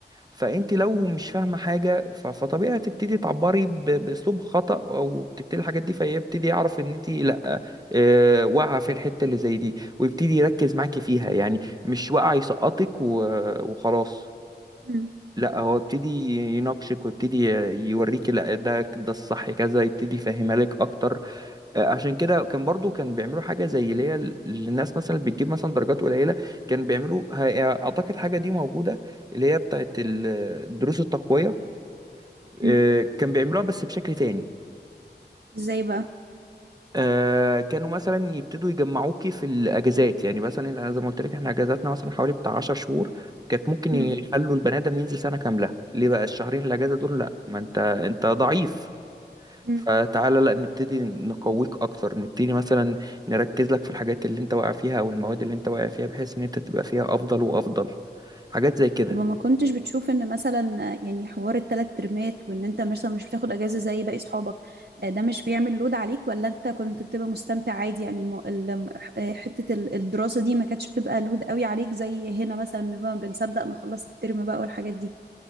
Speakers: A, on the right (about 20°); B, on the right (about 60°).
A: فانت لو مش فاهمه حاجه ف- فطبيعي هتبتدي تعبري ب- باسلوب خطا او بتبتدي الحاجات دي فيبتدي يعرف ان انت لا آه، واقعه في الحته اللي زي دي ويبتدي يركز معاكي فيها يعني مش واقع يسقطك و- وخلاص
B: مم.
A: لا هو يبتدي يناقشك ويبتدي يوريكي لا ده ده الصح كذا يبتدي يفهمها لك اكتر آه، عشان كده كان برضو كان بيعملوا حاجة زي اللي هي للناس مثلا اللي بتجيب مثلا درجات قليلة كان بيعملوا هي- أعتقد حاجة دي موجودة اللي هي بتاعت ال- دروس التقوية آه،
B: مم.
A: كان بيعملوها بس بشكل تاني
B: ازاي بقى
A: آه، كانوا مثلا يبتدوا يجمعوكي في الأجازات يعني مثلا أنا زي ما قلت لك احنا أجازاتنا مثلا حوالي بتاع 10 شهور كانت ممكن
B: امم
A: يخلوا البني آدم ينزل سنة كاملة ليه بقى الشهرين الأجازة دول لأ ما أنت أنت ضعيف
B: امم
A: فتعالى لا نبتدي نقويك اكتر نبتدي مثلا نركز لك في الحاجات اللي انت واقع فيها او المواد اللي انت واقع فيها بحيث ان انت تبقى فيها افضل وافضل حاجات زي كده
B: طب ما كنتش بتشوف ان مثلا يعني حوار الثلاث ترمات وان انت مثلا مش بتاخد اجازه زي باقي اصحابك آه، ده مش بيعمل لود عليك ولا انت كنت بتبقى مستمتع عادي يعني الم... ال- آه، حته ال- الدراسه دي ما كانتش بتبقى لود قوي عليك زي هنا مثلا بنبقى بنصدق نخلص الترم بقى والحاجات دي